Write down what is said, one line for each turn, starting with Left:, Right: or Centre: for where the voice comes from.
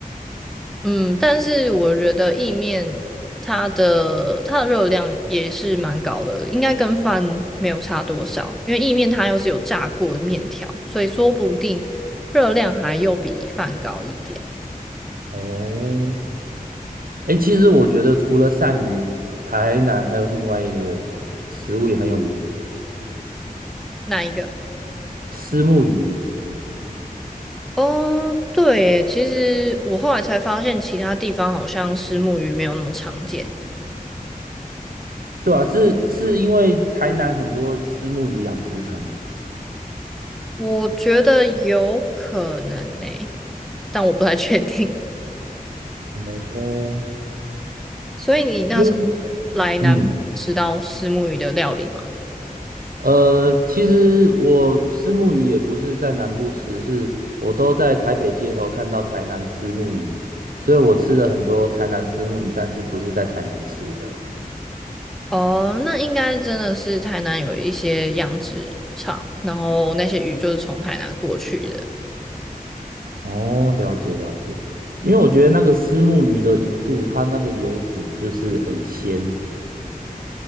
Centre: 嗯，但是我觉得意面它的它的热量也是蛮高的，应该跟饭没有差多少，因为意面它又是有炸过的面条，所以说不定热量还又比饭高一点。
Right: 哦，哎，其实我觉得除了鳝鱼，台南还有另外一个食物也很有名，
Centre: 哪一个？
Right: 虱目鱼。
Centre: 哦，对耶其实我后来才发现，其他地方好像虱目鱼没有那么常见。
Right: 对啊，是是因为台南很多虱目鱼养殖场嘛。
Centre: 我觉得有可能诶，但我不太确定。<laughs>
Right: 哦，
Centre: 所以你那时候
Right: 因为
Centre: 来南部吃到虱目鱼的料理吗？
Right: 嗯呃，其实我虱目鱼也不是在南部吃，是我都在台北街头看到台南虱目鱼，所以我吃了很多台南虱目鱼，但是不是在台南吃的。
Centre: 哦，那应该真的是台南有一些养殖场，然后那些鱼就是从台南过去的。
Right: 哦，了解了解，因为我觉得那个虱目鱼的鱼肚，它那个油脂就是很鲜。